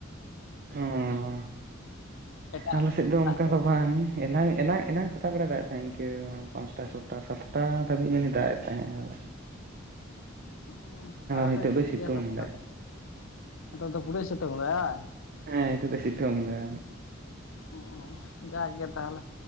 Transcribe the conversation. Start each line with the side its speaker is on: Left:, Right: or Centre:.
Right: ᱦᱚᱸᱻ
Left: ᱮᱴᱟᱜ
Right: ᱟᱞᱮ ᱥᱮᱫ ᱫᱚ ᱚᱱᱠᱟ
Left: ᱫᱟᱜ ᱜᱮ
Right: ᱫᱚ ᱵᱟᱝ᱾ ᱮᱱᱟᱝ ᱮᱱᱟᱝ ᱮᱱᱟᱝ ᱥᱮᱛᱟᱜ ᱵᱮᱲᱟ ᱫᱟᱜ ᱮ ᱛᱟᱦᱮᱸᱫ ᱤᱱᱠᱟᱹ ᱯᱟᱸᱥᱴᱟ, ᱪᱷᱚᱴᱟ, ᱥᱟᱛᱴᱟ ᱫᱷᱟᱹᱵᱤᱡ ᱮ ᱫᱟᱜ ᱮ ᱛᱟᱦᱮᱸᱜ ᱮ᱾
Left: ᱩᱸ ᱛᱟᱦᱚᱞᱮ
Right: ᱱᱤᱛᱚᱜ
Left: ᱴᱷᱤᱠ
Right: ᱫᱚᱭ ᱥᱤᱛᱩᱝ
Left: ᱜᱮᱭᱟ ᱥᱟᱛᱴᱟ
Right: ᱮᱫᱟᱭ
Left: <unintelligible> ᱱᱤᱛᱳᱜ ᱫᱚ ᱯᱩᱟᱹᱭ ᱥᱮᱛᱳᱝ ᱫᱟ ᱵᱟ?
Right: ᱦᱮᱸ ᱱᱤᱛᱚᱜ ᱫᱚᱭ ᱥᱤᱛᱩᱝ ᱫᱟ᱾
Left: ᱚᱸ ᱡᱟᱠ ᱜᱮ ᱛᱟᱦᱞᱮ,